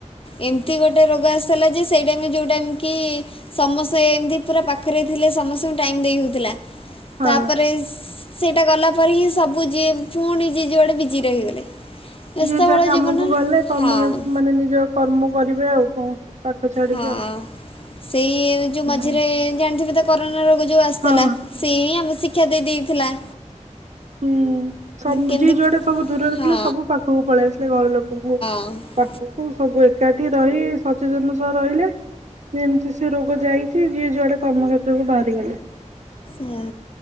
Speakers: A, on the left (about 45°); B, on the right (about 65°).
A: ଏମିତି ଗୋଟେ ରୋଗ ଆସିଥିଲା ଯେ ସେଇଟାମ ଯେଉଁ ଟାଇମ କି ସମସ୍ତେ ଏମିତି ପୁରା ପାଖରେ ଥିଲେ ସମସ୍ତଙ୍କୁ ଟାଇମ ଦେଇ ହଉଥିଲା
B: ହଁ
A: ତାପରେ ସେଇଟା ଗଲା ପରେ ହିଁ ସବୁ ଯିଏ ଫୋନ ଯିଏ ଯଆଡେ ବିଜି ରହିଗଲେ। ବ୍ୟସ୍ତବହୁଳ
B: ଯିଏ ଯାହା କାମକୁ
A: ଜୀବନରେ
B: ଗଲେ କର୍ମ
A: ହଁ।
B: ମାନେ ନିଜ କର୍ମ କରିବେ ଆଉ କଣ। ପଡ଼ିି
A: ହଁ
B: ଆଉ
A: ସେଇ ଯୋଉ
B: ହୁଁ
A: ମଝିରେ ଜାଣିଥିବେ ତ କରୋନା ରୋଗ ଯୋଉ ଆସିଥିଲା
B: ହଁ
A: ସେ ହିଁ ଆମେ ଶ ଶିକ୍ଷା ଦେଇ ଦେଇେଥିଲା।
B: ହ <unintelligible> ହୁଁ ସ
A: କେମିତି
B: ଯିଏ ଯୁଆଟା ସବୁ ଦୂରରେ
A: ହଁ
B: ଥିଲେ ସବୁ ପାଖକୁ ପଳେଇ ଆସଥିଲେ ଘର ଲୋକଙ୍କୁ
A: ହଉ
B: ପାଖକୁ ସବୁ ଏକାଠି ରହି ସଚେତନ ସହ ରହିଲେ। ଏମିତି ସେ ରୋଗ ଯାଇଛି ଯିଏ ଯୁଆଡେ କର୍ମକ୍ଷେତ୍ରୁ ବାହାରିଗଲେ।
A: ହ